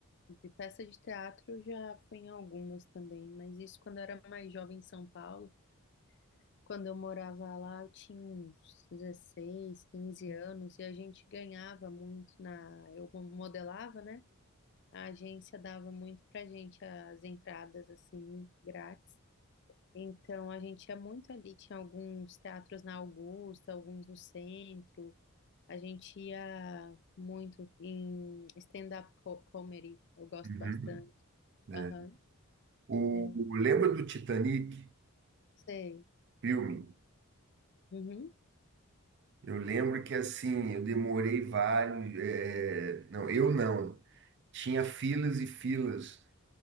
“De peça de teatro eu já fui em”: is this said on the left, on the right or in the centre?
Left